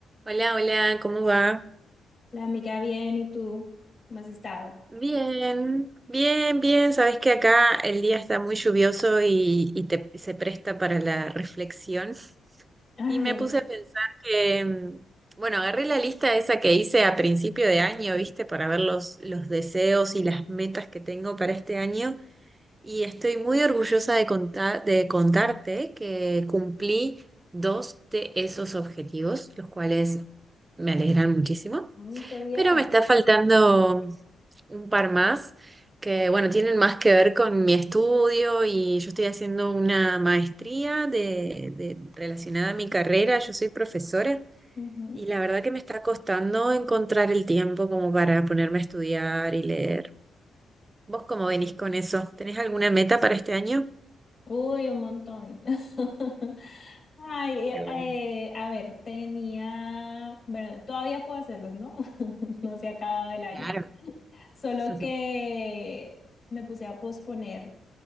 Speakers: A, on the right; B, on the left.
A: Hola, hola, ¿cómo va?
B: La amiga bien, ¿y tú? ¿Cómo has estado?
A: Bien, bien, bien. Sabes que acá el día está muy lluvioso y, y te- se presta para la reflexión.
B: <laughs> Ay,
A: Y me
B: en
A: puse
B: serio.
A: a pensar que, mm, bueno, agarré la lista esa que hice a principio de año, ¿viste? Para ver los, los deseos y las metas que tengo para este año. Y estoy muy orgullosa de contar, de contarte que cumplí dos de esos objetivos, los cuales me alegran muchísimo.
B: Mm, qué bien.
A: Pero me está faltando. un par más que, bueno, tienen más que ver con mi estudio y yo estoy haciendo una maestría de, de- relacionada a mi carrera. Yo soy profesora
B: Ujú.
A: y la verdad que me está costando encontrar el tiempo como para ponerme a estudiar y leer. ¿Vos cómo venís con eso? ¿Tenés alguna meta para este año?
B: Uy, un montón. <laughs> Ay,
A: Qué bueno.
B: eh, a ver, tenía, bueno, todavía puedo hacerlos, ¿no? <laughs> No se ha acabado el año.
A: Claro.
B: Solo
A: <laughs>
B: que me puse a posponer